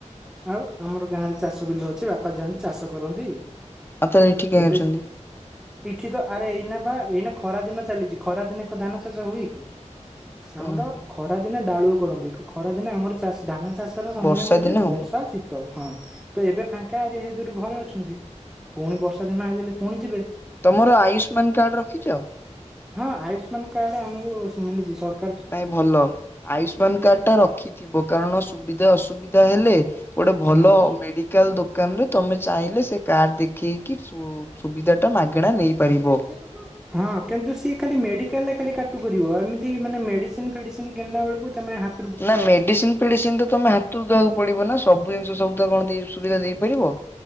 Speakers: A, in the centre; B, on the left (about 20°).
A: ଆଉ, ଆମର ଗାଁ ରେ ଚାଷ ବିଲ ଅଛି। ବାପା ଯାଆନ୍ତି ଚାଷ କରନ୍ତି।
B: ଆଉ ତାହେଲେ ଏଠି କାହିଁ
A: ଏବେ
B: ଅଛନ୍ତି
A: ଯେ ଇଠି ତ ଆରେ ଏଇନା ବା ଏଇନା ଖରା ଦିନ ଚାଲିଛି। ଖରା ଦିନେ ଧାନ ଚାଷ ହୁଏ କି? ଆମର
B: ଓହୋ।
A: ଖରା ଦିନେ ଡାଳୁଅ କରନ୍ତି। ଖରା ଦିନେ ଆମର ଚାଷ୍ ଧାନ ଚାଷ ର ସମୟ
B: ବର୍ଷା
A: ହଉଛି
B: ଦିନେ ହବ
A: ଆ ଶୀତ ହଁ, ତ ଏବେ ଫାଙ୍କା ଯେହେତୁରୁ ଘରେ ଅଛନ୍ତି। ପୁଣି ବର୍ଷା ଦିନ ଆଇଲେ, ପୁଣି ଯିବେ।
B: ତମର ଆୟୁଷ୍ମାନ କାର୍ଡ ରଖିଛ?
A: ହଁ, ଆୟୁଷ୍ମାନ କାର୍ଡ ଆମକୁ ମିଳିଛି। ସର୍
B: ନାଇଁ ଭଲ। ଆୟୁଷ୍ମାନ କାର୍ଡ ଟା ରଖିଥିବ। କାରଣ ସୁବିଧା ଅସୁବିଧା ହେଲେ ଗୋଟେ ଭଲ
A: ହୁଁ।
B: ମେଡ଼ିକାଲ୍ ଦୋକାନରେ ତମେ ଚାହିଁଲେ, ସେ କାର୍ଡ଼ ଦେଖେଇକି, ସୁ ସୁବିଧାଟା ମାଗେଣା ନେଇପାରିବ।
A: ହଁ, କିନ୍ତୁ ସିଏ ଖାଲି ମେଡିକାଲ୍ ରେ ଖାଲି କାଟୁ କରିବ। ଏମିତି ମାନେ ମେଡିସିନ୍ ଫେଡିସିନ୍ କିଣିଲା ବେଳକୁ ତମେ ହାତ୍
B: ନା ମେଡିସିନ୍ ମେଡ଼ିସିନ୍ ତ ତମେ ହାତରୁ ଦବାକୁ ପଡ଼ିବ ନା, ସବୁ ଜିନିଷ ସବୁ ତ କଣ ତ ସୁବିଧା ଦେଇପାରିବ?